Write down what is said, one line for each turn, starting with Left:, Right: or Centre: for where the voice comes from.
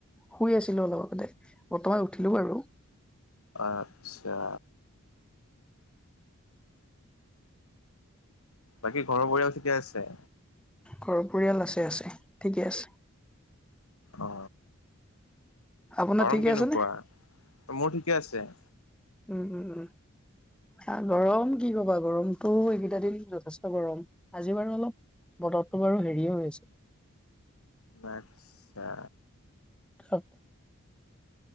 Centre: শুই আছিলো অলপ আগতে বৰ্তমান উঠিলো আৰু।
Left: আচ্ছা বাকী ঘৰৰ পৰিয়ালৰ ঠিকে আছে।
Centre: ঘৰ পৰিয়াল আছে আছে ঠিকে আছে।
Left: অ
Centre: আপোনাৰ
Left: গৰম
Centre: ঠিকে
Left: কেনেকুৱা?
Centre: আছে নে
Left: মোৰ ঠিকে আছে।
Centre: উম উম উম। অহ গৰম কি কবা গৰমতটো এইকেইটা দিন যথেষ্ট গৰম। আজি বাৰু অলপ বতৰটো বাৰু হেৰিয়ে হৈ আছে।
Left: আচ্ছা।
Centre: <unintelligible>